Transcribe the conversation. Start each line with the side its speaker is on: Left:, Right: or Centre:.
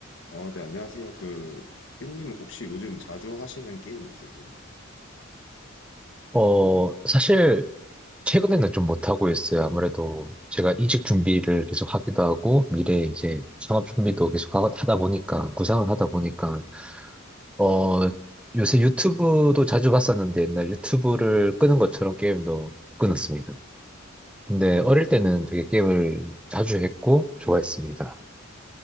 Left: 어, 네, 안녕하세요. 그, 삐님 혹시 요즘 자주 하시는 게임 있으세요?
Centre: 어, 사실 최근에는 좀 못하고 있어요. 아무래도 제가 이직 준비를 계속 하기도 하고 미래 이제 창업 준비도 계속 하- 하다 보니까 구상을 하다 보니까 어, 요새 유튜브도 자주 봤었는데 옛날 유튜브를 끄는 것처럼 게임도 끊었습니다. 근데 어릴 때는 되게 게임을 자주 했고 좋아했습니다.